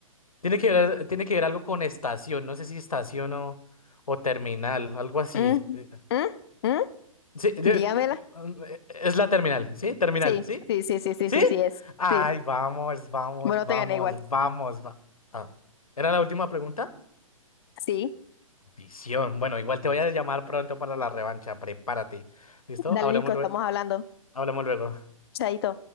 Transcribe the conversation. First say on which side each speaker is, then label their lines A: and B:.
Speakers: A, on the left; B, on the left.
A: Tiene que ver, tiene que ver algo con estación. No sé si estación o, o terminal, algo así.
B: Mm,
A: Eh,
B: mm, mm,
A: Sí, yo-
B: Dígamela.
A: eh, um, eh, es la terminal, ¿sí? Terminal,
B: Sí,
A: ¿sí?
B: sí, sí, sí, sí,
A: ¿Sí?
B: sí, sí es.
A: Ay,
B: Sí.
A: vamos, vamos,
B: Bueno,
A: vamos,
B: te gané igual.
A: vamos, va. Ah, ¿era la última pregunta?
B: Sí,
A: Visión. Bueno, igual te voy a llamar pronto para la revancha. Prepárate. ¿Listo?
B: dale,
A: Hablamos,
B: Nico, estamos
A: lue-
B: hablando.
A: hablamos luego.
B: Chaito.